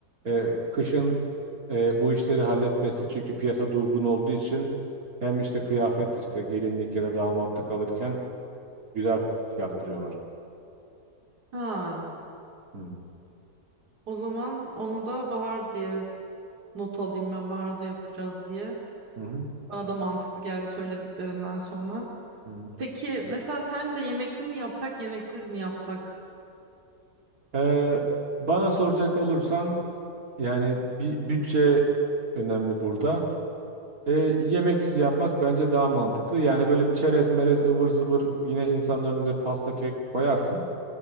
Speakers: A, on the right; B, on the right.
A: e, kışın e, bu işleri halletmesi çünkü piyasa durgun olduğu için hem işte kıyafet işte gelinlik ya da damatlık alırken güzel fiyat kırıyorlar.
B: Ha,
A: Hı.
B: o zaman onu da bahar diye Not alayım ben baharda yapacağız diye.
A: Hı hı.
B: Bana da mantıklı geldi söylediklerinden sonra.
A: Hı.
B: Peki mesela sence yemekli mi yapsak yemeksiz mi yapsak?
A: Ee, bana soracak olursan yani bir bütçe önemli burada. Ee, yemeksiz yapmak bence daha mantıklı. Yani böyle bir çerez merez ıvır zıvır yine insanların önünde pasta kek koyarsın.